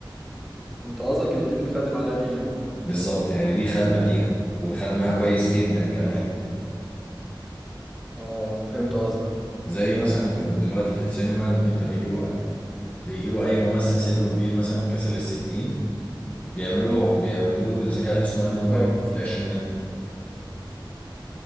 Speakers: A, in the centre; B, on the left.
A: انت قصدك ان دي بتخدم على دي يعني
B: بالظبط يعني دي خدمة دي وخدمها كويس جدا كمان
A: اه اه فهمت قصدك
B: زي مثلا ك- دلوقتي في السينما ان انت بيجيبوا بيجيبوا اي ممثل سنه كبير مثلا كسر الستين بيعملوا له بيعملوا له بالذكاء الاصطناعي ان هم
A: اه
B: يرجعوا في العشرينات